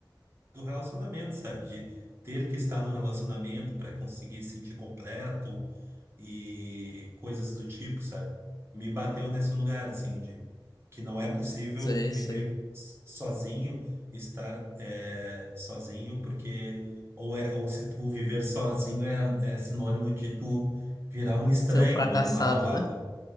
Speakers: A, on the right; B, on the left.
A: do relacionamento, sabe? De ter que estar num relacionamento para conseguir se sentir completo e coisas do tipo, sabe? Me bateu nesse lugar, assim, de que não é possível
B: Sei,
A: viver
B: sei.
A: s- sozinho, estar eh, sozinho, porque ou, é, ou se tu viver sozinho é, é sinônimo de tu virar um estranho,
B: Ser um fracassado,
A: um animal, algo,
B: né?